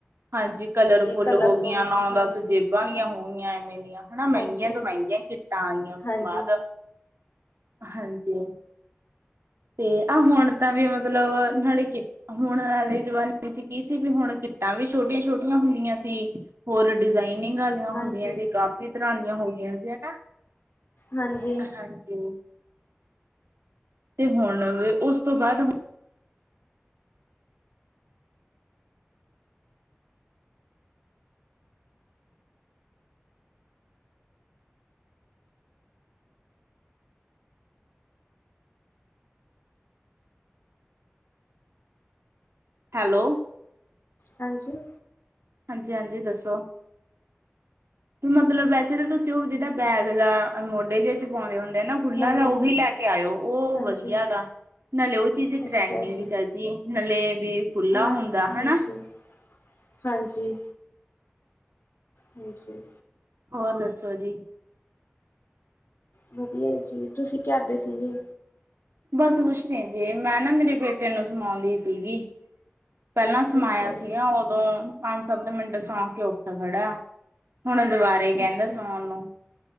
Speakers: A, on the right; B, on the left.
A: ਹਾਂਜੀ, ਕਲਰਫੁੱਲ
B: ਕਲਰਫੁਲ
A: ਹੋ ਗਆਂ
B: ਜੀ
A: ਨ
B: ਹਾਂਜੀ।
A: ਦੱਸ ਜੇਬਾਂ ਦੀੀਆਂ ਹੋ ਗਆਂ ਐਵੇਂ ਦੀਆਂ। ਹਨਾ ਮਹਿੰਗੀਆਂ
B: ਹਾਂਜੀ,
A: ਤੋਂ ਮਹਿੰਗੀਆਂ ਕਿੱਟਾਂ ਆਈਆਂ ਉਸ
B: ਹਾਂਜੀ,
A: ਤੋਂ ਬਾਅਦ। ਹਾਂਜੀ, ਤੇ ਆਹ ਹੁਣ ਤਾਂ ਵੀ ਮਤਲਬ ਨਾਲੇ ਕਿ। ਹੁਣ ਵਾਲੇ ਜ਼ਮਾਨੇ ਚ ਕੀ ਸੀ ਵੀ ਹੁਣ ਕਿੱਟਾਂ ਵੀ ਛੋਟੀਆਂ ਛੋਟੀਆਂ ਹੁੰਦੀਆਂ ਸੀ। ਹੋਰ ਡਿਜ਼ਾਇਨਿੰਗ
B: ਅੱਛਾ
A: ਵਾਲੀਆਂ ਹੁੰਦੀਆਂ
B: ਹਾਂਜੀ,
A: ਜ ਕਾਫੀ ਤਰ੍ਹਾਂ ਦੀਆਂ ਹੋ ਗਈਆਂ ਸੀ ਹਨਾ।
B: ਹਾਂਜੀ,
A: ਹਾਂਜੀ ਤੇ ਹੁਣ ਉਸ ਤੋਂ ਬਾਅਦ ਹੈਲੋ,
B: ਹਾਂਜੀ,
A: ਹਾਂਜੀ ਹਾਂਜੀ ਦੱਸੋ? ਤੇ ਮਤਲਬ ਵੈਸੇ ਤਾਂ ਤੁਸੀਂ ਉਹ ਜਿਹੜਾ ਬੈਗ ਜਾਂ ਮੋਢੇ ਜ ਚ ਪਾਉਂਦੇ ਹੁੰਦੇ ਆ ਨਾ। ਖੁੱਲਾ
B: ਹਾਂਜੀ,
A: ਜ ਉਹੀ ਲੈ ਕੇ ਆਇਓ ਉਹ
B: ਹਾਂਜੀ।
A: ਵਧੀਆ ਗਾ। ਨਾਲੇ ਉਹ ਚੀਜ਼
B: ਅੱਛਾ
A: ਟਰੈਂਡ ਨ
B: ਜੀ,
A: ਚਾਜੀ ਨਾਲੇ ਵੀ ਖੁੱਲਲਾ
B: ਹਾਂ
A: ਹੁੰਦਾ
B: ਹਾਂਜੀ,
A: ਹਨਾ।
B: ਹਾਂਜੀ ਹਾਂਜੀ,
A: ਹੋਰ ਦੱਸੋ ਜੀ।
B: ਵਧੀਆ ਜੀ ਤੁਸੀਂ ਕਦੇ ਸੀ ਜੀ।
A: ਬਸ ਕੁਛ ਨੀ ਜੇ ਮੈਂ ਨਾ ਮੇਰੇ ਬੇਟੇ ਨੂੰ ਸਮਾਉਂਦੀ ਸੀਗੀ। ਪਹਿਲਾਂ ਸਮਾਇਆ
B: ਅੱਛਾ
A: ਸੀਗਾ
B: ਜੀ,
A: ਉਹ। ਉਦੋਂ ਪੰਜ ਸੱਤ ਮਿੰਟ ਸੌਂ ਕੇ ਉੱਠ ਖੜਾ ਹੁਣ ਦੁਬਾਰਾ। ਕਹਿੰਦਾ
B: ਅੱਛਾ,
A: ਸੁਣਣ ਨੂੰ